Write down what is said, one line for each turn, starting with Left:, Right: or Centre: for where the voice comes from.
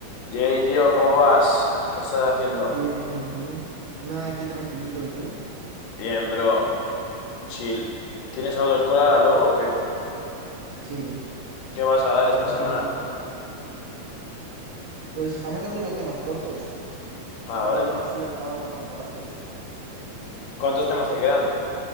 Left: Yey, tío, ¿cómo vas? ¿Qué estás haciendo?
Right: Bien, ¿y tú? Nada, aquí tranquilito, ¿y tú?
Left: Bien, bro. Chill. ¿Tienes autoescuela ahora luego o qué?
Right: Sí,
Left: ¿Qué vas a dar
Right: encima
Left: esta semana?
Right: que ya no pude. Pues estamos dando los temas cortos
Left: Ah,
Right: para
Left: vale.
Right: ir así acabando cuanto antes.
Left: ¿Cuántos temas te quedan?